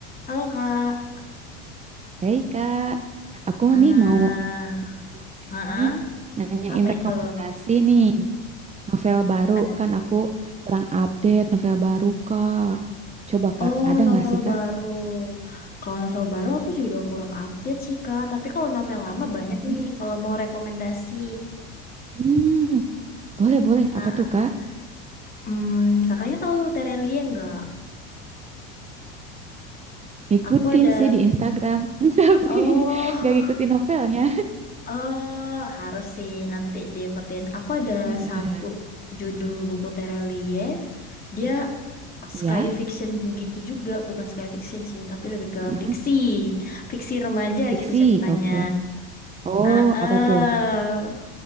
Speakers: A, on the left; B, on the right.
A: Halo Kak,
B: Hei Kak, aku
A: eh
B: nih mau nanya
A: heeh.
B: ini, nanyain
A: Apa
B: rekomendasi
A: itu?
B: nih novel baru
A: Reko-
B: kan aku kurang update novel baru Kak. Coba Kak,
A: Oh,
B: ada
A: novel
B: nggak sih Kak?
A: baru. Kalau novel baru aku juga kurang update sih Kak, tapi kalau novel lama banyak
B: Mm.
A: nih kalau mau rekomendasi.
B: Hmm, boleh boleh.
A: Ah,
B: Apa tuh Kak?
A: hmm, kakaknya tahu Terelie nggak?
B: Ngikutin
A: Aku ada,
B: sih di Instagram, <laughs> tapi
A: oh,
B: nggak ngikutin novelnya.
A: <laughs> oh, harus sih nanti diikutin. Aku ada
B: <laughs> Heeh.
A: satu judul buku Terelie. Dia
B: Iya.
A: sky fiction gitu juga, bukan sky fiction sih, tapi lebih ke
B: Mm-mm.
A: fiksi, fiksi remaja
B: Fiksi,
A: gitu ceritanya.
B: oke. Oh,
A: Ah, eh
B: apa tuh?